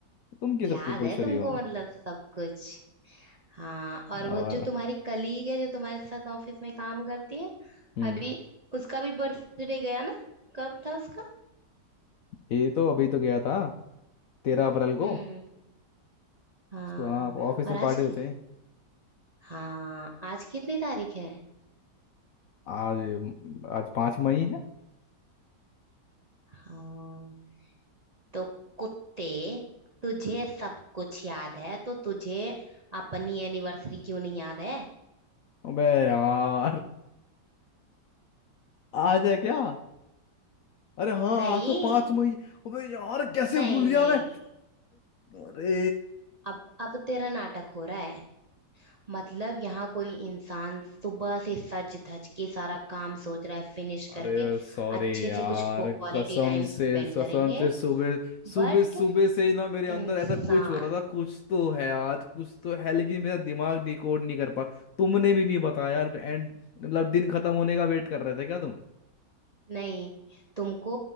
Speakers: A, on the left; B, on the right.
A: तुम ये
B: याद
A: सब क्यों पूछ
B: है
A: रही
B: तुमको
A: हो
B: मतलब सब कुछ हाँ और
A: और
B: वो जो तुम्हारी कलीग है जो तुम्हारे साथ ऑफिस में काम करती है
A: हम्म
B: अभी उसका भी बर्थडे गया ना कब था उसका
A: ये तो अभी तो गया था तेरह अप्रैल को
B: हम्म हाँ
A: इसको हाँ ऑफिस
B: और
A: में
B: आज
A: पार्टी तो
B: की
A: थे
B: हाँ आज कितनी तारीख है
A: आज आज पांच मई है
B: हाँ तो कुत्ते तुझे सब कुछ याद है तो तुझे अपनी एनिवर्सरी क्यों नहीं याद है
A: अबे यार आज है क्या अरे हाँ
B: नहीं
A: आज तो पांच मई है। अबे यार कैसे
B: नहीं
A: भूल गया
B: नहीं
A: मैं अरे
B: अब अब तेरा नाटक हो रहा है मतलब यहाँ कोई इंसान सुबह से सज धज के सारा काम सोच रहा है फिनिश
A: अरे
B: करके
A: अरे सॉरी
B: अच्छे
A: यार
B: से कुछ क्वालिटी
A: कसम
B: टाइम
A: से
B: स्पेंड
A: कसम
B: करेंगे
A: से सुबह सुबह
B: बट
A: सुबह से ही ना
B: इंसान
A: मेरे अंदर ऐसा कुछ हो रहा था कुछ तो है आज कुछ तो है लेकिन मेरा दिमाग डिकोड नहीं कर पा तुमने भी नहीं बताया यार। एंड मतलब दिन खत्म होने का वेट कर रहे थे क्या तुम
B: नहीं तुमको